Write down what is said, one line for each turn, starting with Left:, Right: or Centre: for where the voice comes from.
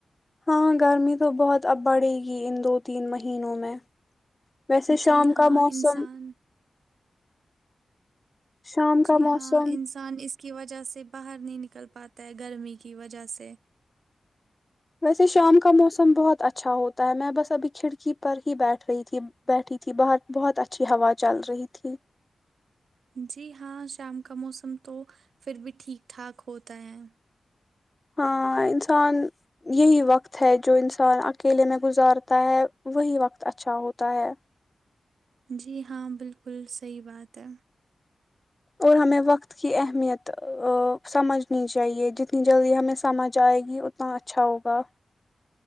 Left: ہاں گرمی تو بہت اب بڑھے گی ان دو تین مہینوں میں ویسے
Right: جی
Left: شام
Right: ہاں
Left: کا موسم
Right: انسان
Left: شام کا
Right: جی
Left: موسم
Right: ہاں انسان اس کی وجہ سے باہر نہیں نکل پاتا ہے گرمی کی وجہ سے
Left: ویسے شام کا موسم بہت اچھا ہوتا ہے میں بس ابھی کھڑکی پر ہی بیٹھ رہی تھی بیٹھی تھی باہر بہت اچھی ہوا چل رہی تھی
Right: جی ہاں شام کا موسم تو پھر بھی ٹھیک ٹھاک ہوتا ہے
Left: ہاں انسان یہی وقت ہے جو انسان اکیلے میں گزارتا ہے وہی وقت اچھا ہوتا ہے
Right: جی ہاں بالکل صحیح بات ہے
Left: اور ہمیں وقت کی اہمیت سمجھنی چاہیے جتنی جلدی ہمیں سمجھ آئے گی اتنا اچھا ہوگا